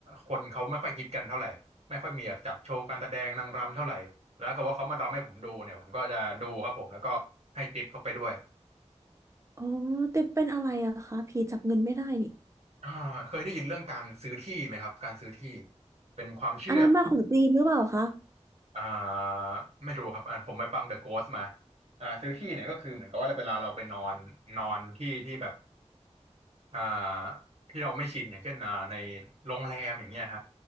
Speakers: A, on the right; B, on the right.
A: คนเขาไม่ค่อยฮิตกันเท่าไหร่ไม่ค่อยมีแบบจัดโชว์การแสดงนางรำเท่าไหร่แล้วก็ว่าเขามารำให้ผมดูเนี่ยผมก็จะดูครับผมแล้วก็ให้ติปเขาไปด้วย
B: อ๋อแต่เป็นอะไรอะคะผีจับเงินไม่ได้นี่
A: อ่าเคยได้ยินเรื่องการซื้อที่ไหมครับการซื้อที่เป็นความเชื่อ
B: อันนั้นมาของจีนหรือเปล่าคะ
A: อ่าไม่รู้ครับอ่าผมไปฟัง The Ghost มาอ่าซื้อที่เนี่ยก็คือเหมือนกับว่าเวลาเราไปนอนนอนที่ที่แบบอ่าที่เราไม่ชินอย่างเช่นอ่าในโรงแรมอย่างเงี้ยฮะ